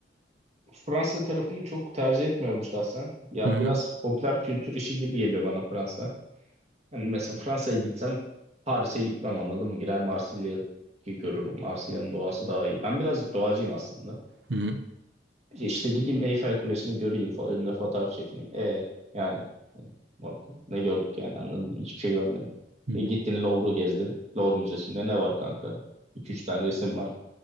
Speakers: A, on the right (about 35°); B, on the right (about 75°).
A: Fransa tarafını çok tercih etmiyorum şahsen. Ya
B: Hı hı,
A: biraz popüler kültür işi gibi geliyor bana Fransa. Yani mesela Fransa'ya gitsem Paris'e gitmem anladın mı? Girer Marsilya'yı görürüm. Marsilya'nın doğası daha iyi. Ben birazcık doğacıyım aslında.
B: hı hı,
A: İşte gideyim Eyfel Kulesi'ni göreyim. Fa önüne fotoğraf çekineyim. E yani Marco, ne gördük yani anladın mı? Hiçbir şey görmedim.
B: hı hı,
A: E gittin Louvre'u gezdin. Louvre Müzesi'nde ne var kanka? 2 üç tane resim var.